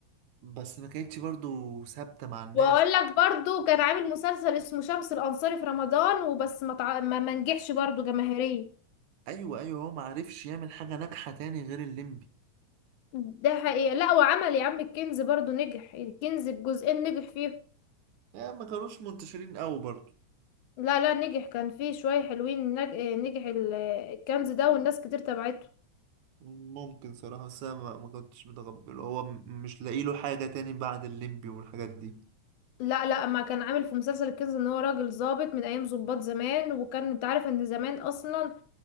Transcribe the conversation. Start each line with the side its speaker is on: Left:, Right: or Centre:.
Right: بس ما كانتش برضو ثابتة مع الناس
Left: واقول لك برضو كان عامل مسلسل اسمه شمس الانصاري في رمضان وبس ما تع... ما ما نجحش برضو جماهيريا
Right: أيوة أيوة هو ما عرفش يعمل حاجة ناجحة تاني غير الليمبي
Left: ده حقيقة لا وعمل يا عم الكنز برضو نجح الكنز بجزئين نجح فيه
Right: آه، ما كانوش منتشرين قوي برضو
Left: لا لا نجح كان فيه شوية حلوين نج... آه، نجح ال- آه، الكنز ده والناس كتير تبعته
Right: ممكن صراحة بس أنا ما ما كنتش متقبل هو م- مش لاقي له حاجة تاني بعد الليمبي والحاجات دي
Left: لا لا ما كان عامل في مسلسل الكنز ان هو راجل ضابط من ايام ضباط زمان وكان انت عارف ان زمان اصلا